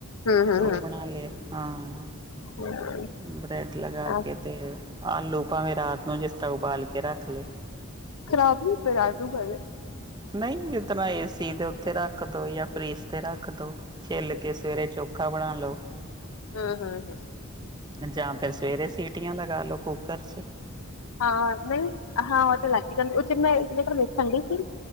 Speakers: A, on the left; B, on the right.
A: ਹੂੰ ਹੂੰ
B: ਤੇ ਔ ਬਣਾ ਲਿਆ। ਹਾਂ।
A: <unintelligible>
B: ਹੂੰ, ਬਰੈਡ ਲਗਾ
A: ਹੂੰ
B: ਕੇ ਤੇ ਆਲੂ ਭਾਵੇਂ ਰਾਤ ਨੂੰ ਜਿਸ ਤਰ੍ਹਾਂ ਉਬਾਲ ਕੇ ਰੱਖ ਲੇ
A: ਖ਼ਰਾਬ ਨੀ ਹੁੰਦੇ ਰਾਤ ਨੂੰ ਉਬਾਲੇ।
B: ਨਈ ਜਿਤਰਾਂ ਏ ਸੀ ਦੇ ਉੱਤੇ ਰੱਖ ਦੋ ਯਾਂ ਫਰਿਜ ਤੇ ਰੱਖ ਦੋ ਛਿੱਲ ਕੇ ਸਵੇਰੇ ਚੋਖਾ ਬਣਾ ਲੌ।
A: ਹੂੰ, ਹੂੰ, ਹੂੰ।
B: ਜਾਂ ਫੇਰ ਸਵੇਰੇ ਸੀਟੀਆਂ ਲਗਾ ਲੋ ਕੂੱਕਰ 'ਚ ਈ।
A: ਹਾਂ ਨਈ, ਹਾਂ ਔ ਤੇ ਲੱਗ ਈ ਜਾਂਦੇ ਔਚ, ਮੈ ਇੱਕ ਜਗ੍ਹਾ ਵੇਖਣ ਗਈ ਸੀ